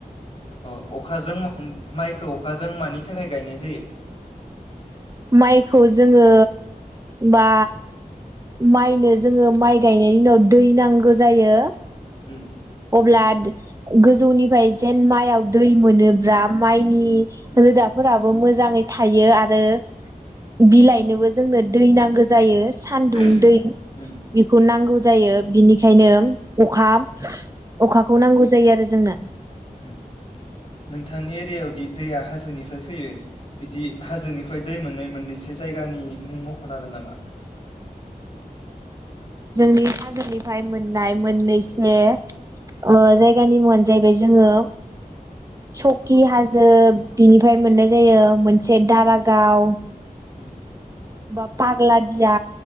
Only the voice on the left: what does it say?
ओ अखाजों माइखौ अखाजों मानि थाखाय गायनाय जायो?
उम
उम
उम
उम
ओम नोंथांनि एरियायाव दि दैया हाजोनिफ्राय फैयो बिदि हाजोनिफ्राय दै मोननै मोननैसो जायगानि मुं मखनो हागोन नामा?
उम
उम